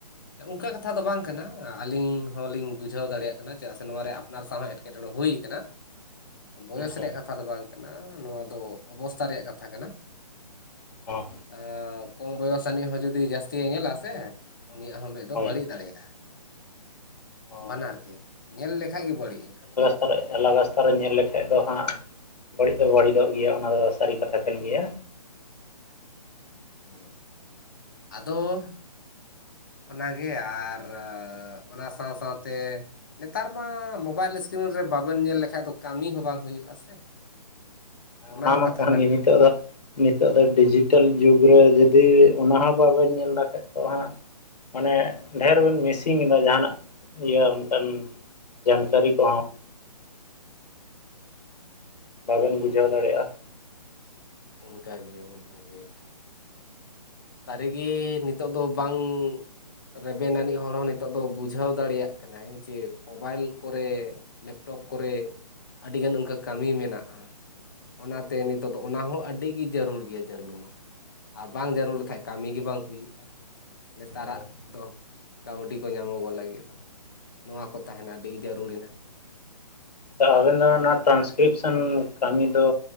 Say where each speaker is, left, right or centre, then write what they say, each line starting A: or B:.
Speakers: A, on the left; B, on the left.
A: ᱚᱱᱠᱟ ᱠᱟᱛᱷᱟ ᱫᱚ ᱵᱟᱝ ᱠᱟᱱᱟ ᱟᱹᱞᱤᱧ ᱦᱚᱸᱞᱤᱧ ᱵᱩᱡᱷᱟᱹᱣ ᱫᱟᱲᱮᱭᱟᱜ ᱠᱟᱱᱟ ᱪᱮᱫᱟᱜ ᱥᱮ ᱱᱚᱣᱟ ᱨᱮ ᱟᱯᱱᱟᱨ ᱥᱟᱶᱦᱮᱫ ᱮᱴᱠᱮᱴᱚᱬᱮ ᱦᱩᱭ ᱠᱟᱱᱟ᱾ ᱵᱚᱭᱚᱥ
B: ᱟᱪᱪᱷᱟ
A: ᱨᱮᱭᱟᱜ ᱠᱟᱛᱷᱟ ᱫᱚ ᱵᱟᱝ ᱠᱟᱱᱟ, ᱱᱚᱣᱟ ᱫᱚ ᱚᱵᱚᱥᱛᱷᱟ ᱨᱮᱭᱟᱜ ᱠᱟᱛᱷᱟ ᱠᱟᱱᱟ᱾
B: ᱦᱚᱸ
A: ᱟᱻ ᱠᱚᱢ ᱵᱚᱭᱚᱥ ᱟᱹᱱᱤᱡ ᱦᱚᱸ ᱡᱩᱫᱤ ᱡᱟᱹᱥᱛᱤ ᱧᱮᱞᱟ ᱥᱮ᱾ ᱩᱱᱤᱭᱟᱜ ᱦᱚᱸ ᱢᱮᱫ ᱫᱚ
B: ᱦᱳᱭ
A: ᱵᱟᱹᱲᱤᱡ ᱫᱟᱲᱮᱭᱟᱜᱼᱟ᱾
B: ᱦᱚᱸ
A: ᱵᱟᱱᱟᱨ ᱜᱮ ᱧᱮᱞ ᱞᱮᱠᱷᱟᱡ ᱜᱮ ᱵᱟᱹᱲᱤᱡ ᱮᱱᱟ᱾
B: ᱟᱨᱮ ᱟᱞᱟᱜᱽ ᱨᱟᱥᱛᱟ ᱨᱮ ᱧᱮᱞ ᱞᱮᱠᱷᱟᱡ ᱫᱚ ᱦᱟᱸᱜ ᱵᱟᱹᱲᱤᱡ ᱫᱚ ᱵᱟᱹᱲᱤᱡᱚᱜ ᱜᱮᱭᱟ ᱚᱱᱟ ᱨᱚᱥ᱾ ᱥᱟᱹᱨᱤ ᱠᱟᱛᱷᱟ ᱠᱟᱱ ᱜᱮᱭᱟ᱾
A: ᱦᱩᱸ, ᱟᱫᱚ ᱚᱱᱟ ᱜᱮ ᱟᱨ ᱚᱱᱟ ᱥᱟᱶ ᱥᱟᱶ ᱛᱮ ᱱᱮᱛᱟᱨ ᱢᱟ ᱢᱳᱵᱟᱭᱤᱞ ᱤᱥᱠᱨᱤᱱ ᱨᱮ ᱵᱟᱵᱮᱱ ᱧᱮᱞ ᱞᱮᱠᱷᱟᱡ ᱫᱚ ᱠᱟᱹᱢᱤ ᱦᱚᱸ ᱵᱟᱝ ᱦᱩᱭᱩᱜᱼᱟ ᱥᱮ᱾ <inaudible>
B: ᱟ ᱚᱱᱟ ᱢᱟ
A: ᱠᱟᱛᱷᱟ
B: ᱠᱟᱱ
A: ᱠᱟᱱᱟ
B: ᱜᱮ ᱱᱤᱛᱚᱜ ᱫᱚ ᱱᱤᱛᱚᱜ ᱫᱚ ᱰᱤᱡᱤᱴᱮᱞ ᱡᱩᱜᱽ ᱨᱮ ᱡᱩᱫᱤ ᱚᱱᱟ ᱦᱚᱸ ᱵᱟᱵᱮᱱ ᱧᱮᱞ ᱫᱟᱠᱷᱟᱡ ᱫᱚ ᱦᱟᱸᱜ ᱢᱟᱱᱮ ᱰᱷᱮᱨ ᱵᱮᱱ ᱢᱤᱥᱤᱝ ᱮᱫᱟ ᱡᱟᱦᱟᱱᱟᱜ ᱤᱭᱟᱹ ᱚᱱᱠᱟᱱ ᱡᱟᱱᱠᱟᱹᱨᱤ ᱠᱚ᱾ ᱵᱟᱵᱮᱱ ᱵᱩᱡᱷᱟᱹᱣ ᱫᱟᱲᱮᱭᱟᱜᱼᱟ᱾
A: ᱚᱱᱠᱟ ᱜᱮ ᱚᱱᱠᱟ ᱜᱮ᱾ ᱥᱟᱹᱨᱤ ᱜᱮ ᱱᱤᱛᱚᱜ ᱫᱚ ᱵᱟᱝ ᱨᱮᱵᱮᱱ ᱟᱹᱱᱤᱡ ᱦᱚᱲ ᱦᱚᱸ ᱱᱤᱛᱚᱜ ᱫᱚ ᱵᱩᱡᱷᱟᱹᱣ ᱫᱟᱲᱮᱭᱟᱜ ᱠᱟᱱᱟᱭ ᱡᱮ ᱢᱳᱵᱟᱭᱤᱞ ᱠᱚᱨᱮ ᱞᱮᱯᱴᱚᱯ ᱠᱚᱨᱮ ᱟᱹᱰᱤᱜᱟᱱ ᱚᱱᱠᱟ ᱠᱟᱹᱢᱤ ᱢᱮᱱᱟᱜᱼᱟ᱾ ᱚᱱᱟ ᱛᱮ ᱱᱤᱛᱚᱜ ᱫᱚ ᱚᱱᱟ ᱦᱚᱸ ᱟᱹᱰᱤ ᱜᱮ ᱡᱟᱹᱨᱩᱲ ᱜᱮᱭᱟ ᱡᱟᱹᱨᱩᱲ ᱢᱟ ᱟᱨ ᱵᱟᱝ ᱡᱟᱹᱨᱩᱲ ᱠᱷᱟᱡ ᱠᱟᱹᱢᱤ ᱜᱮ ᱵᱟᱝ ᱦᱩᱭᱩᱜᱼᱟ ᱱᱮᱛᱟᱨᱟᱜ
B: ᱦᱳᱭ
A: ᱫᱚ ᱠᱟᱹᱣᱰᱤ ᱠᱚ ᱧᱟᱢᱚᱜᱚᱜ ᱞᱟᱹᱜᱤᱫ ᱫᱚ᱾ ᱱᱚᱣᱟ ᱠᱚ ᱛᱟᱦᱮᱱᱟ ᱟᱹᱰᱤ ᱡᱟᱹᱨᱩᱲ ᱮᱱᱟ᱾
B: ᱛᱚ ᱟᱵᱤᱱ ᱫᱚ ᱱᱟᱛ ᱴᱨᱟᱱᱥᱠᱨᱤᱯᱥᱮᱱ ᱠᱟᱹᱢᱤ ᱫᱚ